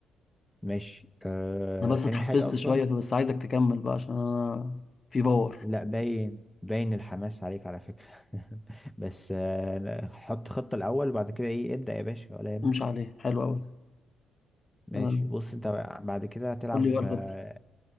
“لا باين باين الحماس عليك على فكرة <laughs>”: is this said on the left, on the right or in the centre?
Centre